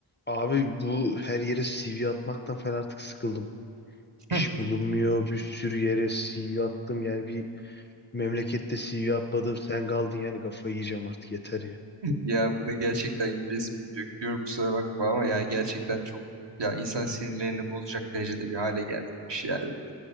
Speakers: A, on the left; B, on the right.
A: Abi bu her yere CV atmaktan falan artık sıkıldım. İş
B: Hı.
A: bulunmuyor, bir sürü yere CV attım. Yani bir memlekette CV atmadım, sen kaldın yani kafayı yiyeceğim artık yeter ya.
B: Ya buna gerçekten gülesim geliyor. Gülüyorum kusura bakma ama ya gerçekten çok ya insan sinirlerini bozacak derecede bir hale geldi bu iş yani.